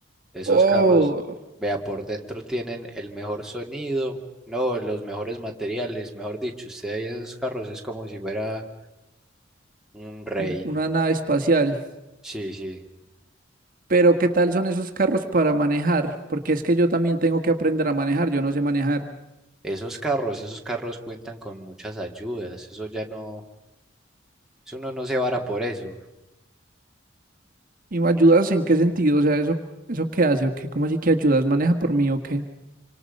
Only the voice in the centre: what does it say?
Esos
carros, vea, por dentro tienen el mejor sonido, no, los mejores materiales, mejor dicho, usted ahí en esos carros es como si fuera un rey.
Sí, sí.
Esos carros, esos carros cuentan con muchas ayudas, eso ya no, eso uno no se vara por eso.